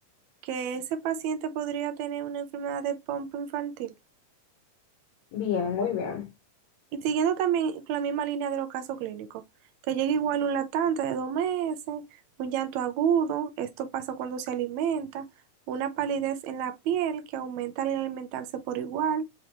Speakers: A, on the right; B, on the left.
A: que ese paciente podría tener una enfermedad de pompa infantil.
B: Bien, muy bien.
A: Y siguiendo también con la misma línea de los casos clínicos, que llega igual un latente de dos meses, un llanto agudo, esto pasa cuando se alimenta, una palidez en la piel que aumenta al alimentarse por igual,